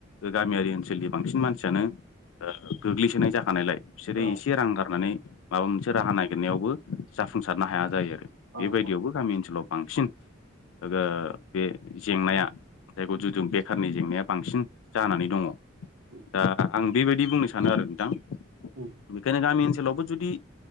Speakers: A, on the left; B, on the right.
A: गामियारि ओनसोलनि बांसिन मानसियानो गोग्लैसोनाय जाखानायलाय बिसोरो
B: औ
A: एसे रां गारनानै माबा मोनसे राहा नागिरनायावबो जाफुंसारनो हाया जायो आरो
B: औ
A: बेबायदियावबो
B: औ
A: गामि ओनसोलाव बांसिन ओ बे जेंनाया जायखौ बेखारनि जेंनाया बांसिन जानानै दङ
B: उम,
A: दा आं बेबायदि बुंनो सानो आरो नोंथां।
B: उम,
A: बेखायनो गामि ओनसोलाव ओनसोलावबो जुदि